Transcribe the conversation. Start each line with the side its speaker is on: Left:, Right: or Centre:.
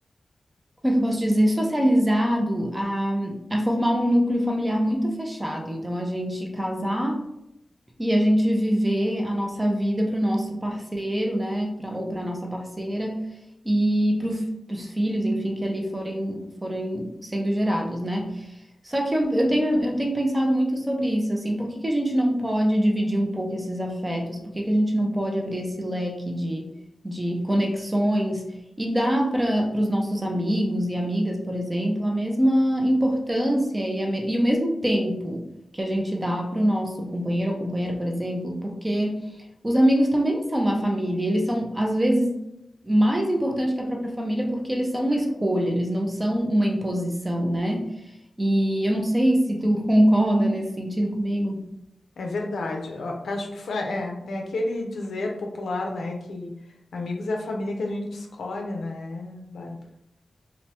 Right: como é que eu posso dizer, socializado a, a formar um núcleo familiar muito fechado. Então, a gente casar e a gente viver a nossa vida para o nosso parceiro, né, pra, ou para a nossa parceira e para os filhos, enfim, que ali forem, forem sendo gerados, né? Só que eu, eu tenho, eu tenho pensado muito sobre isso, assim, por que que a gente não pode dividir um pouco esses afetos? Por que que a gente não pode abrir esse leque de, de conexões e dar para os nossos amigos e amigas, por exemplo, a mesma importância e, a me- e o mesmo tempo que a gente dá para o nosso companheiro ou companheira, por exemplo, porque os amigos também são uma família, e eles são, às vezes, mais importantes que a própria família porque eles são uma escolha, eles não são uma imposição, né? E eu não sei se tu <laughs> concorda nesse sentido comigo.
Left: É verdade. Eu acho que foi, é, é aquele dizer popular, né, que amigos é a família que a gente escolhe, né, Bárbara?